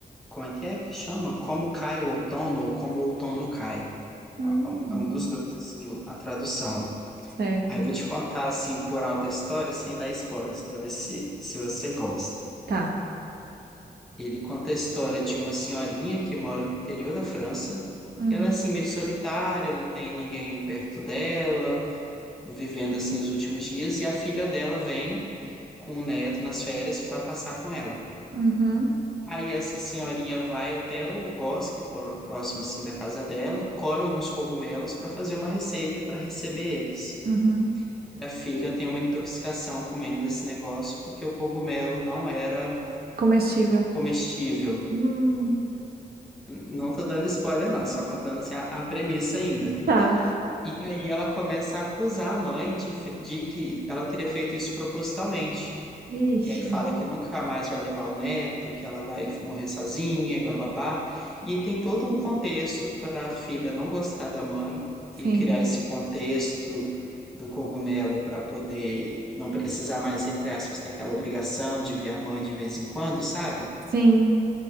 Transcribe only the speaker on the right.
Hum.
Certo.
Tá.
Hum.
Uhum.
Uhum.
Comestível.
Hum,
tá.
Vixe.
Sim,
sim,